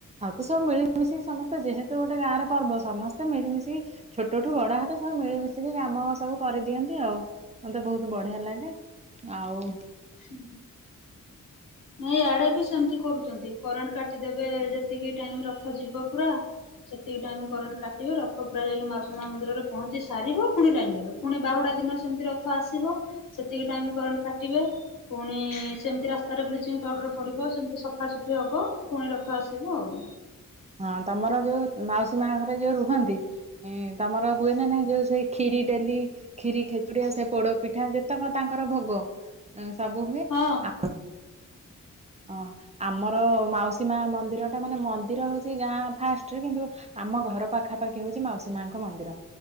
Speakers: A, on the right; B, on the left.
A: ଆଉ ତ ସବୁ ମିଳିମିଶିକି ସମସ୍ତେ ଯେହେତୁ ଗୋଟେ ଗାଁରେ ପର୍ବ ସମସ୍ତେ ମିଳିମିଶିକି ଛୋଟଠୁ ବଡ ହେତେ ସବୁ ମିଳିମିଶିକି କାମ ସବୁ କରିଦିଅନ୍ତି ଆଉ। ମତେ ବହୁତ ବଢିଆ ଲାଗେ ଆଉ
B: ହୁଁ। ନାଇଁ ଇଆଡେ ବି ସେମିତି କରୁଛନ୍ତି କରେଣ୍ଟ କାଟିଦେବେ ଯେତିକି ଟାଇମ ରଖଜିବ ପୁରା। ସେତିକି ଟାଇମ କରେଣ୍ଟ କାଟିବ ରଥ ପୁରା ଯାଇକି ମାଉସୀ ମନ୍ଦିରରେ ପହଞ୍ଚି ସାରିବ ପୁଣି ଲାଇନ ଦେବେ। ପୁଣି ବାହୁଡା ଦିନ ସେମିତି ରଥ ଆସିବ ସେତିକି ଟାଇମ କରେଣ୍ଟ କାଟିବେ। ପୁଣି ସେମିତି ରାସ୍ତାରେ ବ୍ଲିଚିଂ ପାଉଡର ପଡିବ ସେମିତି ସଫାସଫି ହବ ପୁଣି ରଥ ଆସିବ ଆଉ।
A: ହଁ ତମର ଯୋଉ ମାଉସୀ ମା ଘରେ ଯୋଉ ରୁହନ୍ତି ତମର ହୁଏ ନା ନାଇଁ ଯୋଉ ସେଇ ଖିରି ଡେଲି ଖ୍ଷୀରି ଖେଚୁଡ଼ି ସେ ପୋଡ଼ପିଠା ଯେତେକ ତାଙ୍କର ଭୋଗ ସବୁ ହୁଏ
B: ହଁ ହଁ।
A: ଆ ଓ ଆମର ମାଉସୀ ମା ମନ୍ଦିର ଟା ମାନେ ମନ୍ଦିର ହଉଛି ସେ ଗାଁ ଫାଷ୍ଟରେ କିନ୍ତୁ ଆମ ଘର ପାଖା ପାାଖି ହଉଛି ମାଉସୀ ମାଙ୍କ ମନ୍ଦିର।